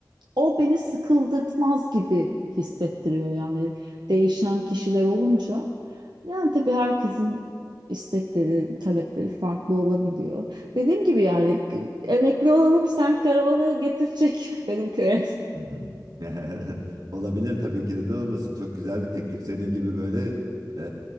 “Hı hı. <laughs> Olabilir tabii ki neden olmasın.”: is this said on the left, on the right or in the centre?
Right